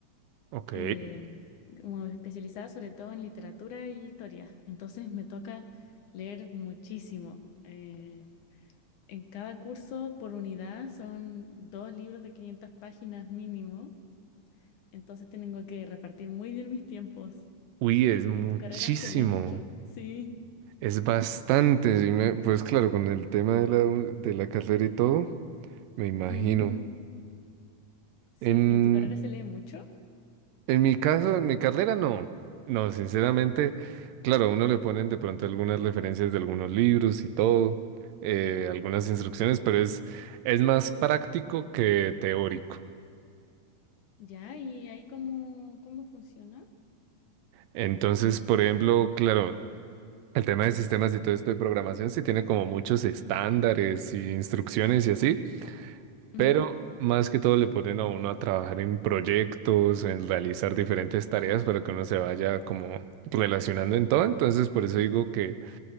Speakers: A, on the right; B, on the left.
A: Ok.
B: eh, como especializada sobre todo en literatura y historia, entonces me toca leer muchísimo. Eh, en cada curso por unidad son dos libros de 500 páginas mínimo, entonces tengo que repartir muy bien mis tiempos.
A: Uy, es muchísimo.
B: ¿En tu carrera se lee mucho? Sí.
A: Es bastante. sí me- pues claro, con el tema de la, de la carrera y todo, me imagino.
B: Ujú. Sí,
A: En,
B: ¿en tu carrera se lee mucho?
A: en mi caso, en mi carrera, no. No, sinceramente, claro, a uno le ponen de pronto algunas referencias de algunos libros y todo, eh, algunas instrucciones, pero es, es más práctico que teórico.
B: Ya, ¿y ahí cómo, cómo funciona?
A: Entonces, por ejemplo, claro. El tema de sistemas y todo esto de programación sí tiene como muchos estándares y instrucciones y así,
B: Ujú,
A: pero más que todo le ponen a uno a trabajar en proyectos, en realizar diferentes tareas para que uno se vaya como relacionando en todo. Entonces, por eso digo que